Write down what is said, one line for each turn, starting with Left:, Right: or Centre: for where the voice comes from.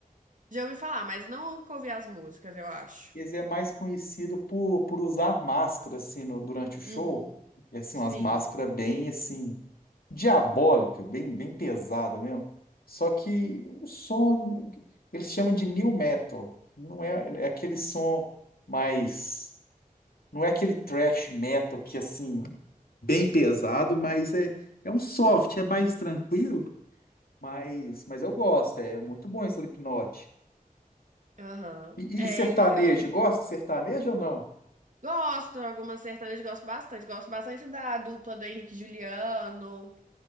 Right: já ouvi falar, mas não nunca ouvi as músicas, eu acho.
Left: Esse é mais conhecido por, por usar máscara, assim, no- durante o show.
Right: Uhum.
Left: E, assim,
Right: Sim.
Left: umas máscaras bem, assim, diabólica, bem, bem pesada mesmo. Só que o som, eles chamam de new metal. Não é, é aquele som mais... Não é aquele thrash metal que, assim, bem pesado, mas é, é um soft, é mais tranquilo. Mas, mas eu gosto, é muito bom esse Slipknot.
Right: Aham.
Left: E,
Right: É,
Left: e sertanejo,
Right: eles eu não
Left: gosta de sertanejo ou não?
Right: gosto, algumas sertanejas gosto bastante. Gosto bastante da dupla do Henrique e Juliano,